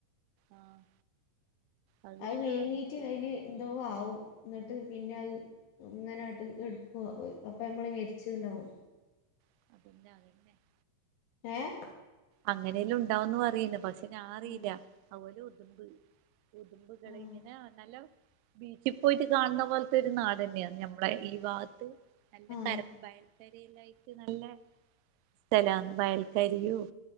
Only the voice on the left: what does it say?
അഹ് വിഴുങ്ങീട്ട്
അയ്ന് എന്തോ ആവും ന്നിട്ട് പിന്നെ അഹ് ഇങ്ങനായിട്ട് എടുക്കു അപ്പ നമ്മള് മരിച്ചുണ്ടാവും.
ഏഹ്
ആഹ്
ആഹ്
ആഹ്